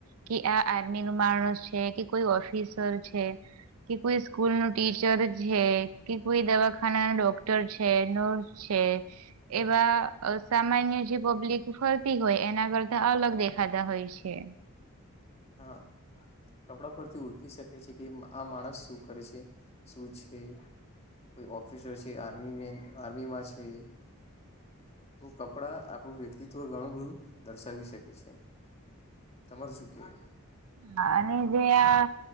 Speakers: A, on the right; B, on the left.
A: કે આ આર્મીનું માણસ છે કે કોઈ ઓફિસર છે કે કોઈ સ્કૂલનું ટીચ ચર છે કે કોઈ દવાખાનાના ડોક્ટર છે, નર્સ છે એવા અ સામાન્ય જે પબ્લિક ફરતી હોય એના કરતા અલગ દેખાતા હોય છે.
B: હા કપડા પરથી ઉરખી સકે છે કે આ માણસ સુ કરે છે? સુ છે? કોઈ ઓફિશર છે, આર્મી મેન, આર્મીમાં છે, તો કપડાં આપણું વ્યક્તિત્વ ઘણું બધું દર્શાવી શકે છે. તમારુ સુ કેવું?
A: હા, અને જે આ